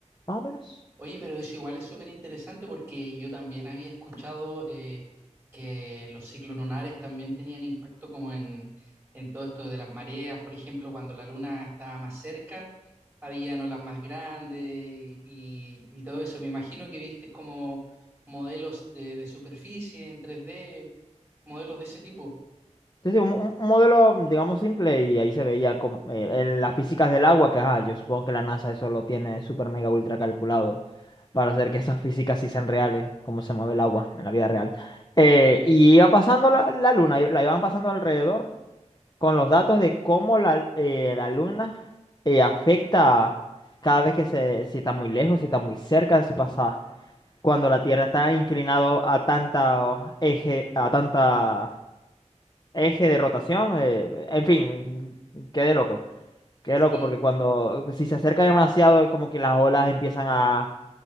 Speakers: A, on the left; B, on the right.
A: más o menos.
B: Oye, pero eso igual es súper interesante porque yo también había escuchado eh, que los ciclos lunares también tenían impacto como en, en todo esto de las mareas, por ejemplo, cuando la luna estaba más cerca, habían olas más grandes y, y- y todo eso. Me imagino que viste como modelos de, de superficie en tres d modelos de ese tipo.
A: Sí, sí, un, un- un modelo, digamos, simple y ahí se veía como, eh, el- las físicas del agua, que ajá, yo supongo que la NASA eso lo tiene super mega ultra calculado para hacer que esas físicas sí sean reales, cómo se mueve el agua en la vida real. Eh, y iba pasando la, la luna, y la iban pasando alrededor con los datos de cómo la, eh, la luna eh, afecta cada vez que se, si está muy lejos, si está muy cerca, si pasa. cuando la Tierra está inclinada a tanta eje, a tanta eje de rotación, eh, en fin, quedé loco, quedé
B: Sí,
A: loco, porque cuando, si se acerca demasiado, como que las olas empiezan a,